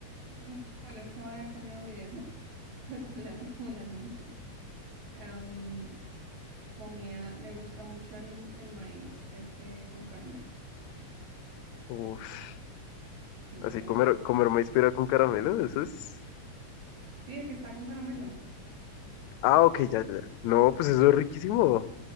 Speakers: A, on the right (about 75°); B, on the left (about 80°).
A: Mm, Bueno, es que ahora he cambiado mi dieta, <laughs> pero ya no como en las noches. Em, comía, me gusta mucho el, el maíz, este con caramelo.
B: Uf,
A: Muy bueno.
B: así comer, comer maíz pira con caramelo, eso es...
A: Sí, el que está con caramelo.
B: Ah, ok, ya, ya. ya. No, pues eso es riquísimo.